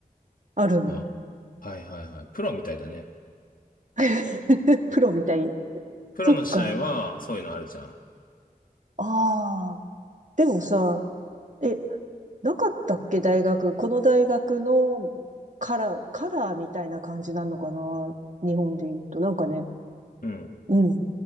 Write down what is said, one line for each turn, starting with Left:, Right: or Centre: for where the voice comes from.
Right: あるの。
Left: あ、はいはいはい。プロみたいだね。
Right: <laughs> プロみたい。
Left: プロの試合は、
Right: そっか。
Left: そういうのあるじゃん。
Right: ああ。でもさ、え、なかったっけ大学。この大学のカラー、カラーみたいな感じなのかな日本で言うと。なんかね、
Left: うん。
Right: うん。